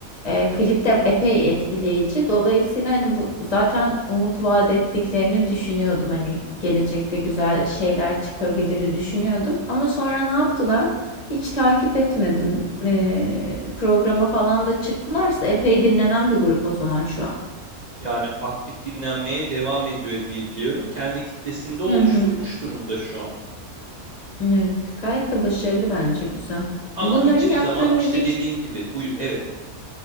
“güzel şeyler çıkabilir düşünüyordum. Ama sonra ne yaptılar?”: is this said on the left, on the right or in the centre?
Left